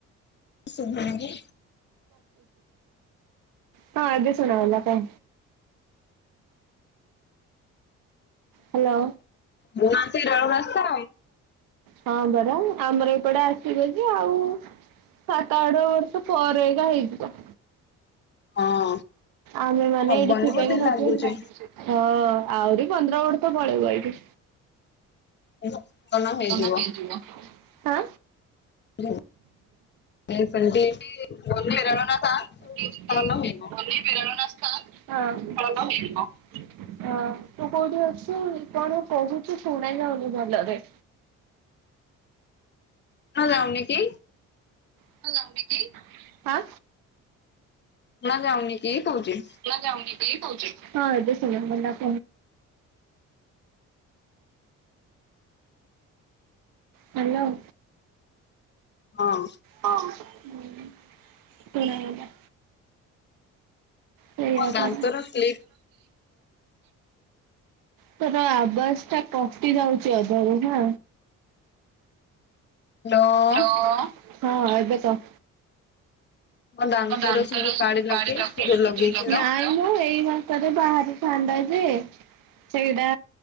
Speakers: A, on the left; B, on the right.
A: ସୁଭଙ୍ଗେ
B: ହଁ ଏବେ ଶୁଣା ଗଲା। ହାଲୋ
A: ମୁନା ସେ ରଳ ରାସ୍ତା
B: ହଁ ବରା ଆମର ଏପଟେ ଆସିବ ଯେ ଆଉ ସାତ ଆଠ ବର୍ଷ ପରେ ଏକା ହେଇଯିବ।
A: ହଁ
B: ଆମେ ମାନେ
A: ହବନି
B: ଏଟି ଥିବାକି
A: ବୋଧେ
B: ନ
A: ଲାଗୁଛି
B: ଥିବା। ହଁ ଆହୁରି ପନ୍ଦର ବର୍ଷ ପଳେଇବ ଏଇଠି।
A: ଭୂସ୍ଖଳନ ହେଇଯିବ
B: ତମ <unintelligible> ହା।
A: <unintelligible>
B: <unintelligible>
A: ହେଇଯିବ
B: ପ୍ରେରଣା ସ୍ଥା ସ୍ଳନ ହେଇଯିବ। ଅ ତୁ କୋଉଟି ଅଛୁ କଣ କହୁଚୁ ଶୁଣା ଯାଉନି ଭଲରେ।
A: ଣା ଯାଉ ନି କି?
B: ସୁନା ଯାଉନି କି ହା।
A: ଶୁଣା ଯାଉନି କି କୋହୁଚି।
B: ଶୁଣା ଯାଉନି କି କୋହୁଚି ଏବେ ଶୁଣା ଗଲା। ହ୍ୟାଲୋ।
A: ହଁ।
B: ହଁ ଶୁଣାଗଲା। ସେଇଆ
A: ମୋ ଦାନ୍ତର
B: ପରା।
A: କ୍ଲିପ୍
B: ତର ଆବାସ ଟା କଟି ଯାଉଚି ଅଧାରୁ ନା।
A: ହ୍ୟାଲୋ
B: ହେଲୋ ହଁ ଏବେ ତ
A: ଦାନ୍ତର
B: ମୋ ଦାନ୍ତ
A: ସବୁ
B: ର ସେମତି
A: କାଳି ଲଗେଇ
B: ପାଢ଼ୀ ପକେଇ
A: ଯୋଉ ଲଗେଇଥିଲ
B: ଚି ଲଗେଇ <unintelligible> ମୁଁ ଏଇ ମାସରେ ବାହାରି ଥାଆନ୍ତା ଯେ ସେଇଟା